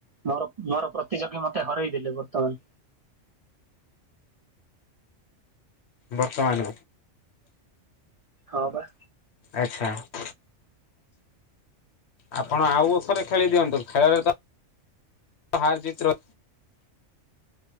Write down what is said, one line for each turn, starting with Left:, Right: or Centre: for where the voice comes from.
Right: ମୋର ମୋର ପ୍ରତିଯୋଗୀ ମତେ ହରେଇ ଦେଲେ ବର୍ତ୍ତମାନ।
Left: ବର୍ତ୍ତମାନ
Right: ହଁ ପା।
Left: ଆଚ୍ଛା। ଆପଣ ଆଉଥରେ ଖେଳି ଦିଅନ୍ତୁ। ଖେଳରେ ତ ହାର ଜିତ ର